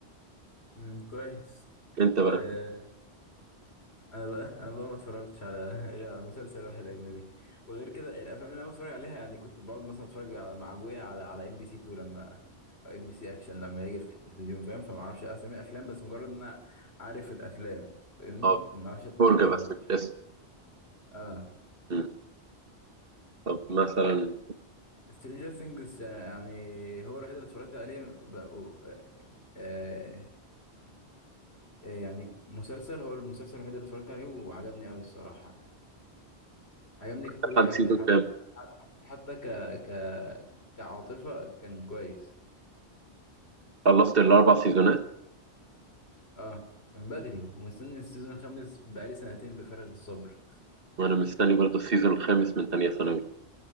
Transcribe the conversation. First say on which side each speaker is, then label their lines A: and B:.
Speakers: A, on the left (about 65°); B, on the right (about 55°).
A: امم كويس
B: أنت بقى
A: آه انا بقى انا بقى ما اتفرجتش على <laughs> غير على مسلسل واحد اجنبي وغير كده الافلام اللي انا بتفرج عليها يعني كنت بقعد مثلا اتفرج على مع ابويا على على ام بي سي 2 لما او ام بي سي اكشن لما يجي يفتح التلفزيون فاهم فما اعرفش اسامي افلام بس مجرد ان انا عارف الافلام فاهمني
B: أه
A: لكن ما اعرفش الاسامي
B: فرجة بس
A: و...
B: مش اسم
A: اه
B: مم. طب مثلا
A: سترينجر ثينجز يعني هو الوحيد اللي اتفرجت عليه بقى... آه... آه، يعني مسلسل هو المسلسل الوحيد اللي اتفرجت عليه وعجبني قوي الصراحة عجبني ككل
B: امتحان
A: حاجة
B: سيزون
A: حتى
B: كام؟
A: حتى حتى ك ك كعاطفة كان كويس
B: خلصت الأربع سيزونات
A: اه من بدري ومستني السيزون الخامس بقالي سنتين بفارغ الصبر
B: وأنا مستني برضه السيزون الخامس من تانية ثانوي